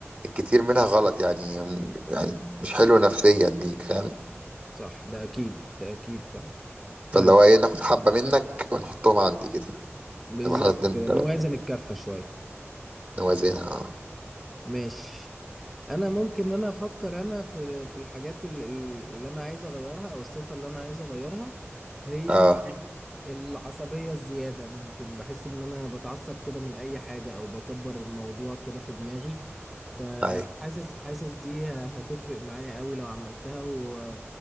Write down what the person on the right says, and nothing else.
الكتير منها غلط يعني يعني مش حلو نفسيا ليك فاهم
فاللي هو إيه ناخد حبة منك ونحطهم عندي كده
نبقى إحنا الاتنين
نوازنها
أه أه
أي